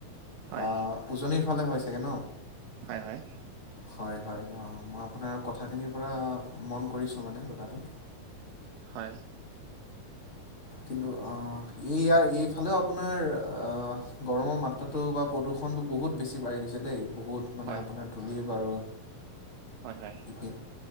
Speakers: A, on the right; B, on the left.
A: হয়
B: আহ উজনিৰ। ফালে হয় চাগে ন?
A: হয়, হয়।
B: হয়, হয়। অঁ, মই আপোনাৰ কথাখিনিৰ পৰা মন কৰিছোঁ মানে, কথাটো
A: হয়
B: কিন্তু আহ, এই ইয়াৰ এইফালেও আপোনাৰ অহ গৰমৰ মাত্ৰাটো বা প্ৰদূষণটো বহুত বেছি পাই গৈছে দেই। বহুত মানে
A: হয়
B: আপোনাৰ ধূলি বাৰু
A: হয় হয়
B: ইপিন